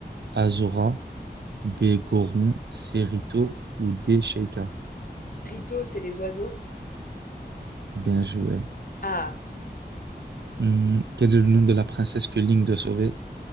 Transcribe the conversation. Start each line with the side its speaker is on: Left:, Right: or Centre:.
Right: Azora, B. Goron, C. Rito ou D. Sheika.
Left: Rito, c'est les oiseaux.
Right: Bien joué.
Left: Ah,
Right: Hum, quel est le nom de la princesse que Link doit sauver?